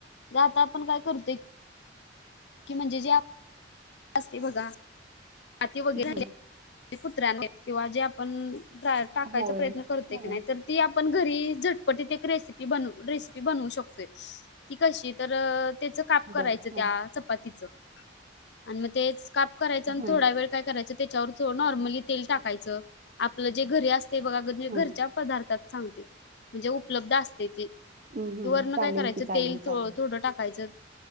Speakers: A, on the left; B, on the right.
A: आता आपण काय करतोय कि म्हणजे जे ते बघा माती वगैरे
B: हं.
A: कुत्र्याने किंवा जे आपण टाकायचा
B: होय
A: प्रयत्न करत
B: हां
A: की नाही तर ती आपण घरी झटपटीत एक रेसिपी रेसिपी बनवू शकतोय की कशी तरं त्याच काप करायचं
B: बर हां
A: त्या चपातीचं आणि मग तेच काप कराचं आणि
B: हां
A: थोडा वेळ काय करायचं. त्याच्यावरो नॉर्मली तेल टाकायच आपलं जे घरी असते बघा घरच्या
B: हां
A: पदार्थ सांगते म्हणजे उपलब्ध असते ते. कि
B: हं, हं.
A: वर्ण
B: चालेल
A: काय करायचं
B: की चालेल
A: तेल थोडं
B: चालेल
A: टाकायचं.